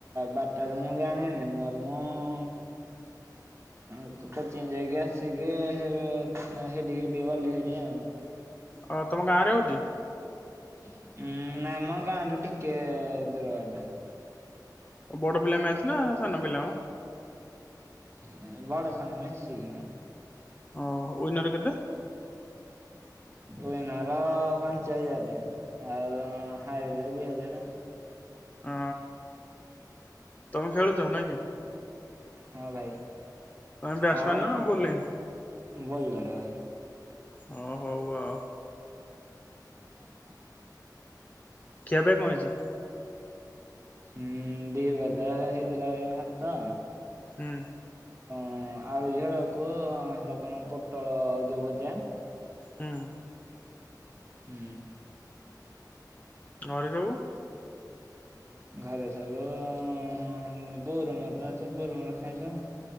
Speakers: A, on the right (about 40°); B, on the left (about 20°).
A: ବାରଟାରେ ମୁଁ ଜାଣିନି ମୋର ମୁଁ କୋଚିଂ ଯାଇକି ଆସିକି ଏ ହେଇଠୀକି ଟିକେ ଗଲି ହେରି ଆଉ।
B: ଅ ତମ ଗାଁ ରେ ହଉଛି।
A: ଉୁଁ ନାଇଁ ମ ଗାଁଠୁ ଟିକେ ଦୂର ବାଟ।
B: ଓ ବଡ ପିଲା ମ୍ୟାଚ୍ ନା ସାନ ପିଲା ମ।
A: ଏ ବଡ଼ ସାନ ମିଶିକି ମ।
B: ଓ ଉଇନର୍ କେତେ?
A: ଉଇନର ପାଞ୍ଚ ହଜାର ଆଉ ଉ ହାରିଲେ ଦି ହଜାର ଆଉ।
B: ଅ। ତମେ ଖେଳୁଛ ନାଇ କି।
A: ହଁ ଭାଇ।
B: ତମେ ବ୍ୟାଟ୍ସମ୍ୟାନ
A: ଆଉ
B: ନା ବୋଲିଂ?
A: ବୋଲର ଭାଇ।
B: ହଁ ହଉ ଆଉ।
A: <inaudible>
B: ଖିଆ ପିଆ କଣ ହେଇଛି?
A: ହୁଁ ଦିପହର ତ ହେଇଥିଲା ଭାତ
B: ହୁଁ।
A: ହ ଆଳୁ ଝୋଳକୁ ହେଇଟା କଣ ପୋଟଳ ଯୋଉ ଭଜା।
B: ହୁଁ।
A: ହୁଁ।
B: ଘରେ ସବୁ
A: ଘରେ ସବୁ ବୋଉର ମୋର ତ ଅଛୁ ବୋଉର ମୋର ଖାଇଲୁ।